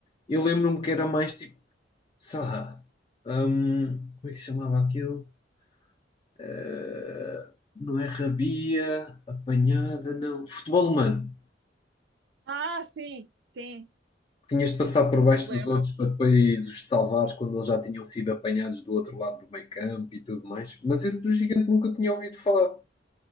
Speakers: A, on the left; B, on the right.
A: eu lembro-me que era mais tipo, sei lá, hum, como é que se chamava aquilo? Ah, Não é rabia, apanhada, não. Futebol humano.
B: Ah, sim, sim,
A: Tinhas de passar por baixo
B: lembro-me,
A: dos outros para depois os salvares quando eles já tinham sido apanhados do outro lado do meio campo e tudo mais. Mas esse do gigante nunca tinha ouvido falar.